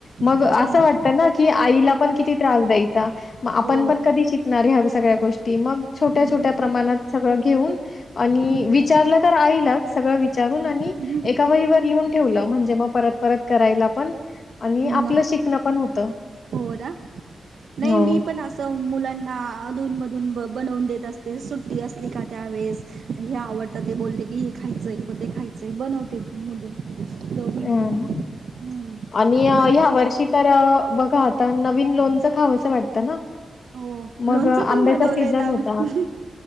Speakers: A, on the left; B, on the right.
A: मग
B: त्याच्यामध्ये
A: असं वाटतंना आईला पण किती त्रास द्यायचा म आपण
B: हो
A: पण कधी शिकणार ह्या वस्तू सगळ्या गोष्टी ते मग छोट्या
B: हम्म
A: छोट्या प्रमाणात सगळं घेऊन आणि
B: हम्म.
A: विचारलं तर आईलाच सगळ विचारून आणि
B: हम्म
A: एका वहीवर लिहून ठेवलं म्हणजे मग परत परत करायला पण आणि आपलं
B: न
A: शिकणं पण होतं
B: हो ना नाही
A: हो.
B: मी पण असं मुलांना अधून मधून ब बर्फी बनवून देत असते सुट्टी असली का त्यावेेळेस हे आवडत ते बोलते की हे खायचंय ते खायचंय बनवते मुले दोनी
A: हं.
B: मुली ना. हम्म
A: आणि ह्या
B: मल
A: वर्षी तर बघा आता नवीन लोणचं खावं असं वाटतं ना
B: हो
A: मग
B: लोणचं
A: अ,
B: पण
A: आंब्याचा
B: बनवलंय
A: सीझन
B: इथ आम्ही.
A: होता.